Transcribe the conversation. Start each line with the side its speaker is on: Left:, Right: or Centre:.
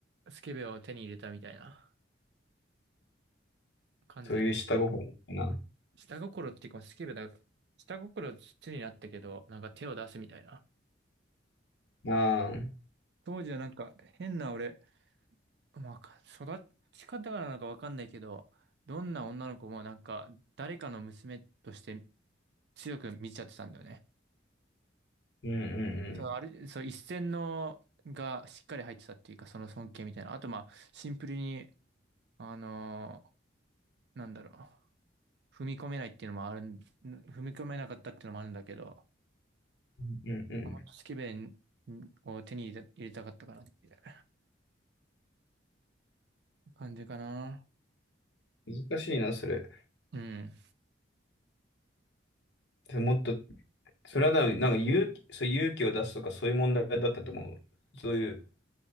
Right: スケベを手に入れたみたいな感じだ。
Left: そういう下心みたいな。
Right: 下心っていうか、スケベだ。下心土になったけど、なんか手を出すみたいな。
Left: ああ、うん
Right: 当時はなんか変な俺、まあ、育ち方がなのかわかんないけど、どんな女の子もなんか誰かの娘として強く見ちゃってたんだよね。
Left: うんうん。
Right: そう、あれ、そう、一線のがしっかり入ってたっていうか、その尊敬みたいな。あと、まあ、シンプルに、あのーなんだろう。踏み込めないっていうのもあるん、踏み込めなかったっていうのもあるんだけど、
Left: うんうん
Right: もっとスケベンを手に入れ入れたかったかなっていう感じかな。
Left: うん。難しいな、それ。
Right: うん。
Left: もっと、それはななんか勇気、そう勇気を出すとかそういう問題だったと思う。そういう